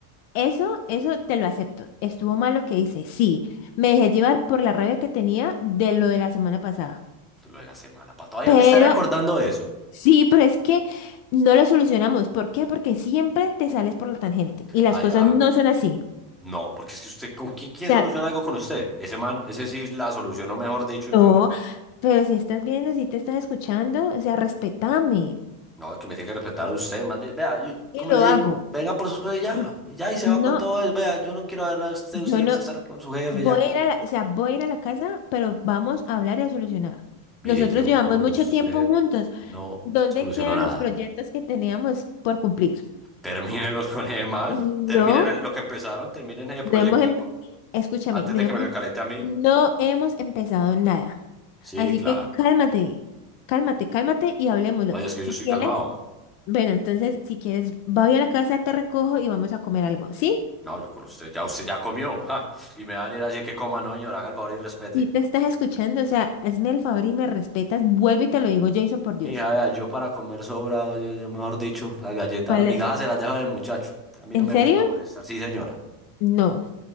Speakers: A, on the left; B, in the centre.
A: Eso, eso te lo acepto. Estuvo mal lo que hice, sí. Me dejé llevar por la rabia que tenía de lo de la semana pasada.
B: Lo de la semana pa- Todavía
A: Pero,
B: me está recordando eso.
A: sí, pero es que no lo solucionamos. ¿Por qué? Porque siempre te sales por la tangente y las
B: Ay,
A: cosas
B: ajá.
A: no son así.
B: No, porque es que usted, ¿con quién,
A: O
B: quién
A: sea,
B: soluciona algo con usted? Ese man, ese sí la solucionó, mejor dicho, de
A: no,
B: una forma.
A: pero si estás viendo, si te estás escuchando, o sea, respétame.
B: No, que me tiene que respetar a usted, más bien. Vea, yo,
A: Y
B: como
A: lo
B: le digo,
A: hago.
B: venga por sus cosas y ya.
A: <clears throat>
B: Y ya, y se
A: No,
B: va con todo eso. Vea, yo no quiero ver nada de usted.
A: yo
B: Usted le
A: no
B: gusta estar con su jefe
A: voy
B: ya.
A: a ir a la, o sea, voy a ir a la casa, pero vamos a hablar y a solucionar.
B: Mire,
A: Nosotros
B: yo
A: llevamos
B: con
A: mucho
B: usted
A: tiempo juntos.
B: no
A: ¿Dónde
B: soluciono
A: quedan
B: nada.
A: los proyectos que teníamos por cumplir?
B: Termínelos con ese man.
A: No,
B: Terminen el- lo que empezaron, terminen ese
A: no
B: proyectico
A: hemos, em- escúchame,
B: antes
A: no
B: de
A: hemos,
B: que me lo encalete a mí.
A: no hemos empezado nada.
B: Sí,
A: Así
B: claro.
A: que cálmate, cálmate, cálmate y hablemoslo.
B: Oye, es que
A: Si
B: yo estoy
A: quieres,
B: calmado.
A: bueno, entonces, si quieres, voy a la casa, te recojo y vamos a comer algo, ¿sí?
B: No, yo con usted, ya usted ya comió. ja. Y me van a ir a decir que coma, no, señor, haga el favor y respete.
A: Si te estás escuchando, o sea, hazme el favor y me respetas, vuelve y te lo digo, Jason, por
B: Mija,
A: Dios.
B: vea, yo para comer sobrado, yo, yo mejor dicho, las galletas,
A: ¿Cuál
B: las migajas
A: es?
B: se las deja de muchacho. A mí
A: ¿En
B: no me
A: serio?
B: venga a molestar. Sí, señora.
A: No,